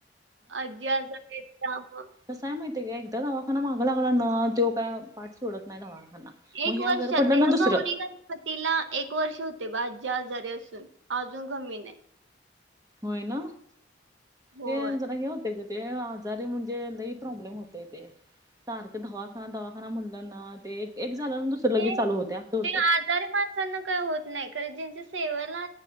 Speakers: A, on the right; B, on the right.
A: आजी आजारी त्या मुळ
B: तसय माहितीय का एकदा दवाखाना मागं लागला न तो काय पाठ सोडत नाही दवाखाना
A: एक
B: मग हे
A: वर्षात
B: आजार पडलं
A: या
B: ना दुसरं
A: गौरी गणपती तिला एक वर्ष होते बाज्या आजारी असून अजून कमी नाही.
B: हो ना
A: होय
B: ते ज घी होत <inaudible> ते आजारी म्हणजे लई प्रॉब्लेम होते ते सारखं दवाखाना दवाखाना म्हणलं ना ते एक झालं ना दुसरे लगेच
A: ते
B: चालू होते असं होते.
A: ते आजारी माणसांना काय होत नाही कारण ज्यांच्या सेवाला